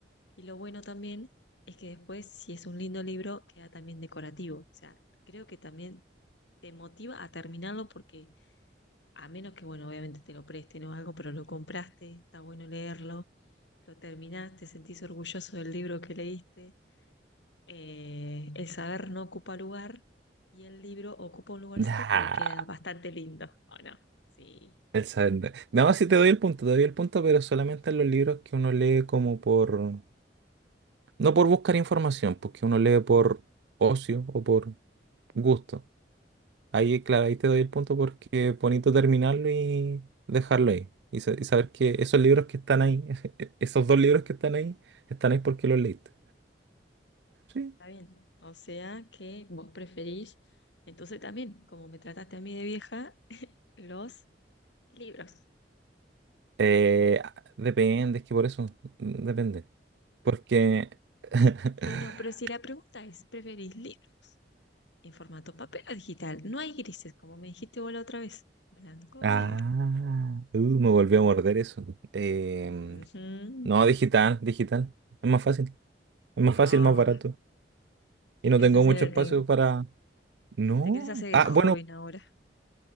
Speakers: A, on the left; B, on the right.
A: Y lo bueno también es que después, si es un lindo libro, queda también decorativo. O sea, creo que también te motiva a terminarlo porque a menos que, bueno, obviamente te lo presten o algo, pero lo compraste, está bueno leerlo, lo terminaste, sentís orgulloso del libro que leíste. Eh, el saber no ocupa lugar y el libro ocupa un lugarcito,
B: nah,
A: pero queda bastante lindo, ¿o no? Sí.
B: el saber- No, sí te doy el punto, te doy el punto, pero solamente en los libros que uno lee como por... No por buscar información, porque uno lee por ocio o por gusto. Ahí, claro,
A: Ujú.
B: ahí te doy el punto porque es bonito terminarlo y dejarlo ahí. Y, sa- y saber que esos libros que están ahí, <laughs> esos dos libros que están ahí, están ahí porque los leíste. Sí.
A: Está bien. O sea que vos preferís, entonces también, como me trataste a mí de vieja, Los libros.
B: Eh, depende, es que por eso, mm, depende. Porque <laughs>
A: No, no, pero si la pregunta es, ¿preferís libro en formato papel o digital? No hay grises, como me dijiste vos la otra vez. Blanco
B: Ah,
A: o negro.
B: uh, me volvió a morder eso. Em,
A: Ujú.
B: no, digital, digital. Es más fácil. Es más
A: Ah,
B: fácil, más barato.
A: te
B: Y no
A: querés
B: tengo
A: hacer
B: mucho
A: el
B: espacio
A: tec-
B: para... No.
A: te querés hacer el
B: Ah,
A: joven
B: bueno,
A: ahora.